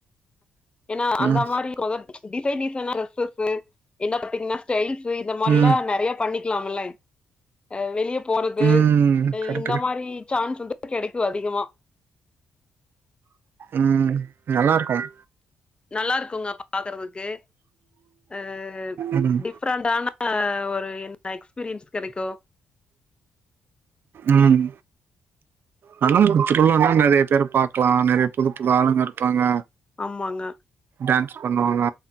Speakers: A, on the left; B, on the right.
A: எனா அந்த
B: ம்
A: மாரி கொதக் டிசைன் டிசைனா டிரெஸ்சஸ்சு என்னப் பாத்தீங்னா ஸ்டைல்ஸு இந்த மாரிலா
B: ம்
A: நெறையாப் பண்ணிக்லாமில்ல அ வெளியப் போறது
B: ம்
A: அ
B: கரெக்ட்டுங்க
A: இந்த மாரி சான்ஸ் வந்து கெடைக்கு அதிகமா
B: ம் நல்லாருக்கும்
A: நல்லாருக்குங்க பாக்கறதுக்கு அ
B: ம்
A: டிப் ஃபிரன்ட்டானா ஒரு என்ன எக்ஸ்பீரியன்ஸ் கெடைக்கு
B: ம் நல்ல ஒரு திருவிழானா நெறையப் பேரப் பாக்லா நெறையப் புது புது ஆளுங்க இருப்பாங்க
A: ஆமாங்க
B: டான்ஸ் பண்ணுவாங்க